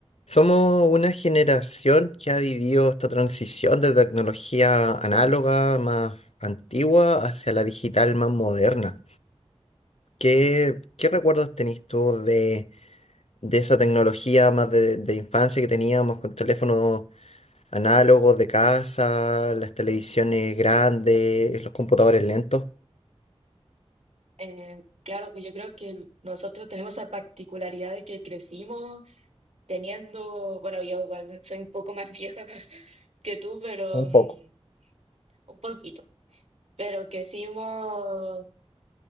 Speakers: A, on the left (about 80°); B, on the right (about 80°).
A: Somos una generación que ha vivido esta transición de tecnología análoga más antigua hacia la digital más moderna. ¿Qué, qué recuerdos tenés tú de, de esa tecnología más de, de infancia que teníamos con teléfonos análogos de casa, las televisiones grandes, los computadores lentos?
B: Eh, claro, pues yo creo que nosotros tenemos esa particularidad de que crecimos teniendo, bueno, yo igual soy un poco más vieja <laughs> que tú, pero
A: Un poco.
B: mm, un poquito, pero crecimos,